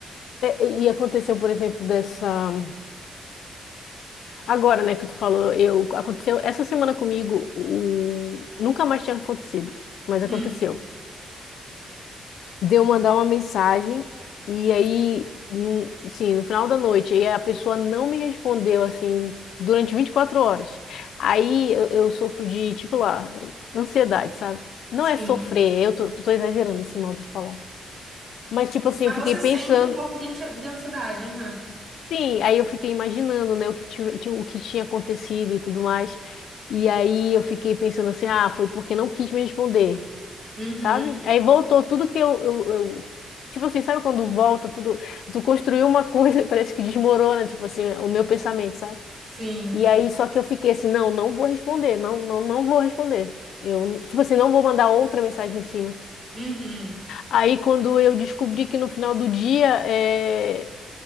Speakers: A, on the left (about 80°); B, on the right (about 45°).
A: É, E e aconteceu, por exemplo, dessa. Agora, né, que tu falou, eu aconteceu essa semana comigo, o... nunca mais tinha acontecido, mas
B: Hum,
A: aconteceu. de eu mandar uma mensagem e aí, hum, sim, no final da noite, e a pessoa não me respondeu assim durante 24 horas. Aí eu, eu sofro de, tipo lá, ansiedade, sabe? Não
B: sim.
A: é sofrer, eu tô, tô exagerando esse modo de falar. Mas tipo assim,
B: Mas
A: eu fiquei
B: você
A: pensando,
B: sente um pouco de anti- de ansiedade, aham.
A: sim, aí eu fiquei imaginando, né, o que, tive- ti- o que tinha acontecido e tudo mais. E aí eu fiquei pensando assim, ah, foi porque não quis me responder.
B: Uhum.
A: sabe? Aí voltou tudo que eu, eu, eu- Tipo assim, sabe quando volta tudo? Tu construiu uma coisa, <laughs> parece que desmorona, tipo assim, o meu pensamento, sabe?
B: Sim.
A: E aí, só que eu fiquei assim, não, não vou responder, não, não, não vou responder. Eu, tipo assim, não vou mandar outra mensagem em cima.
B: Uhum.
A: Aí, quando eu descobri que no final do dia, é,